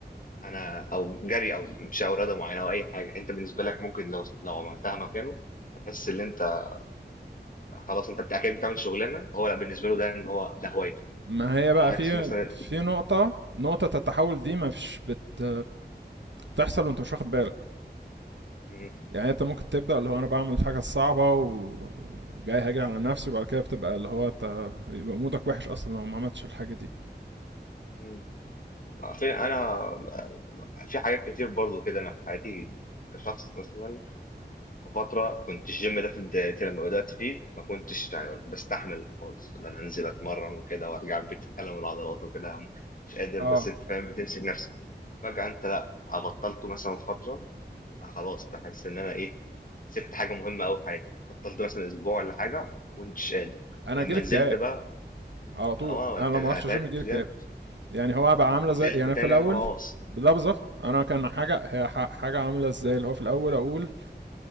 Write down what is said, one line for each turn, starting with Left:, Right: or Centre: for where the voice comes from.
Left: انا او جري او مشي او رياضه معينه او اي حاجه انت بالنسبه لك ممكن لو لو عملتها مكانه هتحس ان انت خلاص انت بتاع- كأنك بتعمل شغلانه هو لا بالنسبه له ده ان هو ده هوايته
Right: ما هي بقى
Left: على عكس
Right: في
Left: مثلا
Right: في نقطة نقطة التحول دي ما فيش بت بتحصل وأنت مش واخد بالك
Left: م-
Right: يعني أنت ممكن تبدأ اللي هو أنا بعمل الحاجة الصعبة وجاي هاجي على نفسي وبعد كده بتبقى اللي هو أنت يبقى مودك وحش أصلا لو ما عملتش الحاجة دي
Left: م- عارفين انا في حاجات كتير برضو كده انا في حياتي كشخص مثلا في فتره كنت الجيم ده في بدايتي لما بدات فيه ما كنتش يعني بستحمل خالص ان انا انزل اتمرن وكده وارجع البيت الم العضلات وكده مش قادر
Right: اه
Left: بس انت فاهم بتمسك نفسك فجاه انت لا بطلته مثلا فتره خلاص بحس ان انا ايه سبت حاجه مهمه قوي في حياتي بطلت مثلا اسبوع ولا حاجه ما كنتش قادر
Right: أنا
Left: لما
Right: جيلي
Left: نزلت
Right: اكتئاب
Left: بقى
Right: على طول
Left: اه
Right: أنا
Left: انت
Right: لو ما رحتش الجيم
Left: تعبت
Right: جيلي اكتئاب
Left: جامد
Right: يعني هو بقى عامله
Left: نزلت
Right: زي يعني
Left: تاني
Right: في الاول
Left: آه، خلاص
Right: لا بالظبط انا كان حاجه هي ح- حاجه عامله ازاي اللي هو في الاول اقول